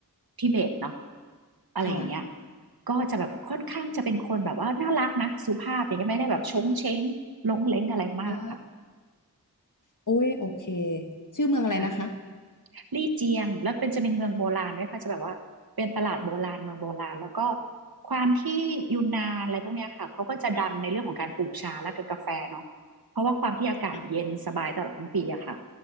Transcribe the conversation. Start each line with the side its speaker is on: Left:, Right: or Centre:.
Right: ทิเบตเนาะอะไรอย่างเงี้ย
Left: ค่ะ
Right: ก็จะแบบค่อนข้างจะเป็นคนแบบว่าน่ารักนะสุภาพอย่างเงี้ยไม่ได้แบบชงเช้งลงเล้งอะไรมากค่ะ
Left: อ๋อโอ้ย โอเค ชื่อเมืองอะไรนะคะ
Right: ค่ะ ลี่เจียงแล้วเป็นจะเป็นเมืองโบราณด้วยค่ะจะแบบว่าเป็นตลาดโบราณเมืองโบราณแล้วก็ความที่ยูนนานอะไรพวกเนี้ยค่ะเขาก็จะดังในเรื่องของการปลูกชาและกับกาแฟเนาะเพราะว่าความที่อากาศเย็นสบายตลอดทั้งปีอะค่ะ
Left: อ่ะ